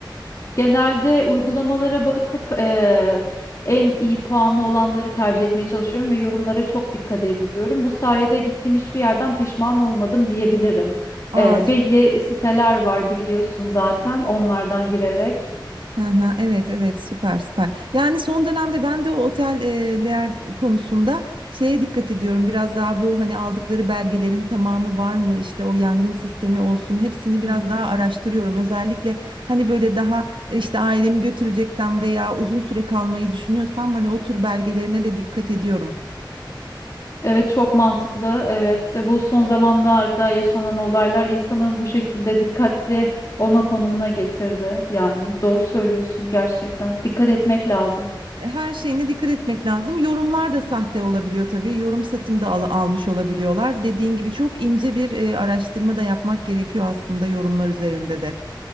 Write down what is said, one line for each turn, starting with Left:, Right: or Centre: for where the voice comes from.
Left: Genelde uygulamalara bakıp e, en iyi puanlı olanları tercih etmeye çalışıyorum ve yorumlara çok dikkat ediyorum. Bu sayede gittiğim hiçbir yerden pişman olmadım diyebilirim.
Right: Aa,
Left: E,
Right: çok...
Left: belli siteler var biliyorsun zaten onlardan girerek.
Right: Hı hı, evet evet süper süper. Yani son dönemde ben de o oteller konusunda şeye dikkat ediyorum. Biraz daha bu hani aldıkları belgelerin tamamı var mı? İşte o yangın sistemi olsun. Hepsini biraz
Left: Hmm.
Right: daha araştırıyorum. Özellikle hani böyle daha işte ailemi götüreceksem veya uzun süre kalmayı düşünüyorsam hani o tür belgelerine de dikkat ediyorum.
Left: Evet çok mantıklı. Evet e, bu son zamanlarda yaşanan olaylar insanı bu şekilde dikkatli olma konumuna getirdi. Yani doğru söylüyorsun gerçekten. Dikkat etmek lazım.
Right: E, her şeyine dikkat etmek lazım. Yorumlar da sahte olabiliyor tabii. Yorum satın da al- almış olabiliyorlar. Dediğin gibi çok ince bir e, araştırma da yapmak gerekiyor aslında yorumlar üzerinde de.